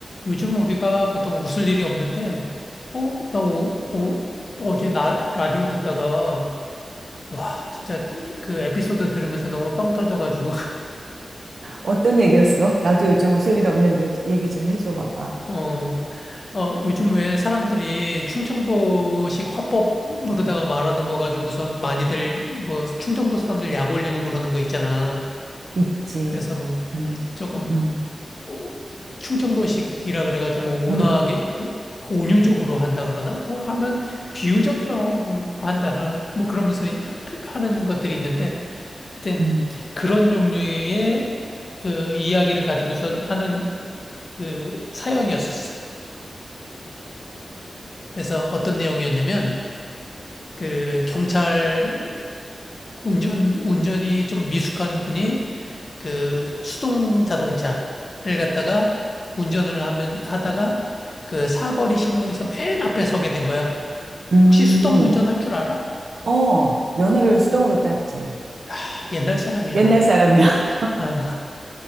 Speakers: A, on the left; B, on the right.
A: 요즘 우리가 보통 웃을 일이 없는데, 어, 나 오, 어, 어제 나 라디오 듣다가, 와, 진짜 그 에피소드 들으면서 너무 빵 터져가지고, <laughs>
B: 어떤 얘기였어? 나도 요즘 웃을 일 없는데 얘기 좀 해줘 봐봐.
A: 어, 어, 요즘 왜 사람들이 충청도식 화법 으로다가 말하는 거 가지고선 많이들, 뭐, 충청도 사람들 약 올리고 그러는 거 있잖아.
B: 있지.
A: 그래서 뭐,
B: 음,
A: 조금
B: 음,
A: 오- 충청도식이라 그래가지고 뭐
B: 음,
A: 온화하게 뭐 온유적으로 한다 그러나 뭐 하면 비유적이라고 한다나 뭐 그러면서 하는 것들이 있는데 하여튼
B: 음.
A: 그런 종류의 그 이야기를 가지고선 하는 그 사연이었었어. 그래서 어떤 내용이었냐면 그 경찰 운전 운전이 좀 미숙한 분이 그 수동 자동차를 갖다가 운전을 하면 하다가 그 사거리 신호에서 맨 앞에 서게 된 거야.
B: 음.
A: 혹시 수동 운전할 줄 알아?
B: 어, 면허를 수동으로 땄지.
A: 아, 옛날 사람이야.
B: 옛날 사람이야.
A: 아,